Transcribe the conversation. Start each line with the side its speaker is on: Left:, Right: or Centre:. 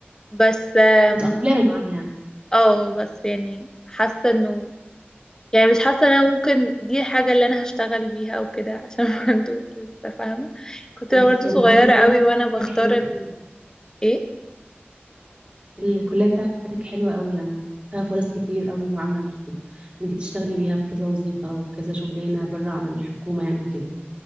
Left: بس آم،
Right: متأقلمة معاها
Left: اه بس يعني حاسة انه يعني مش حاسة ان انا ممكن دي الحاجة اللي انا هشتغل بيها او كده عشان <laughs> برضو لسه فاهمة كنت
Right: يعني
Left: برضو
Right: بس أنا
Left: صغيرة
Right: حاسة إن
Left: قوي وانا بختار
Right: هي حلوة
Left: ال ايه
Right: الكلية بتاعتك حلوة قوي يعني فيها فرص كتير قوي وعمل انت تشتغلي بيها في كذا وظيفة وكذا شغلانة بره عن الحكومة يعني وكده